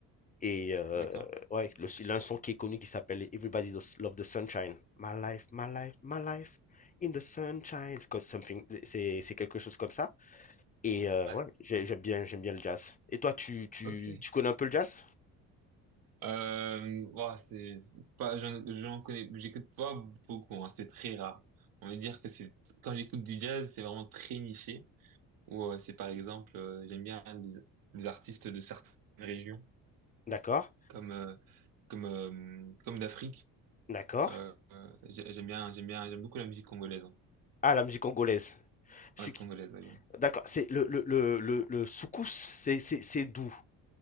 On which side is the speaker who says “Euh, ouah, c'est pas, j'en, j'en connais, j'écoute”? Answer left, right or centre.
Right